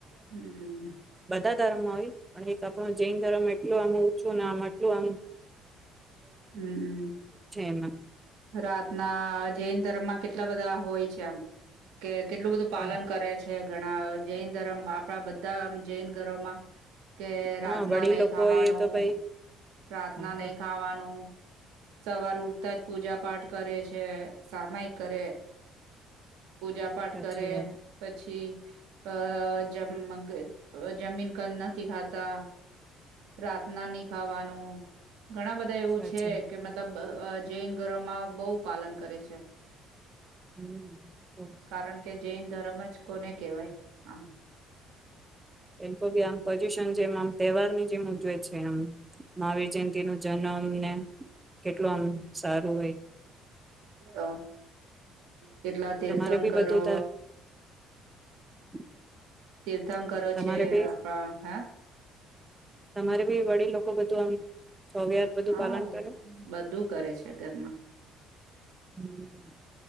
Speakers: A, on the right; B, on the right.
A: હમ
B: બધા ધર્મમાં હોય પણ એક આપણો જૈન ધર્મ એટલો આમે ઓછું ને આ માટે શવામ
A: હમ હમ
B: એમાં
A: રાતના જૈન ધર્મ માં કેટલા બધા હોય છે એમ કે કેટલું બધું પાલન
B: તો
A: કરે છે ઘણા જૈન ધર્મ આપણા બધા બધા આમ જૈન ઘરોમાં કે
B: હા
A: રાતના
B: વડીલ
A: નહીિ
B: લોકો
A: ખાવાનું
B: એ તો ભાઈ
A: રાતના
B: હા તો
A: નહી ખાવાનું સવાર ઉઠતા જ પૂજા પાઠ કરે છે સામાય કરે પૂજા પાઠ
B: સાચી
A: કરે
B: વાત
A: પછી અ જમ જમીન ક નથી ખાતા રાતના નહ ખાવાનું ઘણા બધા એવું
B: સાચી
A: છે છે કે મતલબ જૈન ઘરોમાં બહુ પાલન કરે છે.
B: હમ
A: કારણ કે જૈન ધર્મ જ કોને કહેવાય આમ
B: એમ તો બી આમ પોઝિશન જેમ આમ તહેવાર ની જેમ ઉજવેય છે <unintelligible> <unintelligible> જેમ નો જન્મને કેટલું આમ સારું હોય
A: ઓ કેટલા તીર્થં
B: તમારે બી
A: કરો
B: બધું <unintelligible>
A: તીર્થં કરો
B: તમારે
A: છે
B: બી
A: આપણા હા
B: તમારે બી વડી લોકો બધું આમ ચોગયાર બધું
A: હા
B: પાલન કરે
A: બધું કરે છે ઘરમાં.
B: હમ,